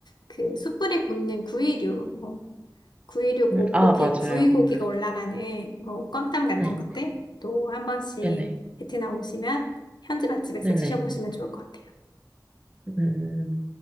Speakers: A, on the left (about 75°); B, on the right (about 15°).
A: 그 숯불에 굽는 구이류 어, 구이류 고,
B: 음, 아,
A: 고기,
B: 맞아요.
A: 구이 고기가 올라가는 뭐 껌땀 같은
B: 네,
A: 것들 또 한 번씩
B: 네네.
A: 베트남 오시면 현지 맛집에서
B: 네네.
A: 드셔보시면 좋을 것 같아요.
B: 음,